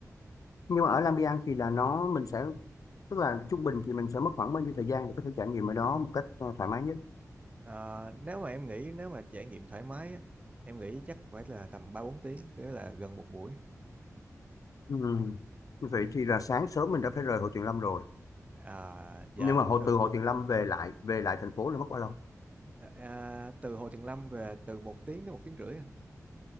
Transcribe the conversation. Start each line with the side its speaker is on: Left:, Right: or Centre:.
Left: nhưng mà ở Lang Biang thì là nó mình sẽ tức là trung bình thì mình sẽ mất khoảng bao nhiêu thời gian để có thể trải nghiệm ở đó một cách ờ, thoải mái nhất.
Right: Ờ, nếu mà em nghĩ nếu mà trải nghiệm thoải mái á, em nghĩ chắc phải là tầm ba bốn tiếng cái là gần một buổi
Left: Ừ. Vậy thì là sáng sớm mình đã phải rời Hồ Tuyền Lâm rồi
Right: à, dạ
Left: nhưng mà
Right: cũng
Left: hồ
Right: được
Left: từ Hồ Tuyền Lâm về lại về lại thành phố là mất bao lâu?
Right: Dạ, à, từ Hồ Tuyền Lâm về từ một tiếng đến một tiếng rưỡi anh.